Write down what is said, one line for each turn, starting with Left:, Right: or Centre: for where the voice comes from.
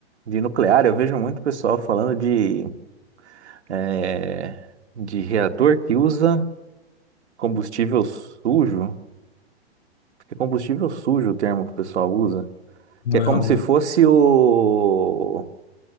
Right: de nuclear, eu vejo muito pessoal falando de, é, de reator que usa combustível sujo. Porque combustível sujo, é o termo que o pessoal usa.
Left: Não,
Right: Que é como
Left: é um,
Right: se
Left: não.
Right: fosse o,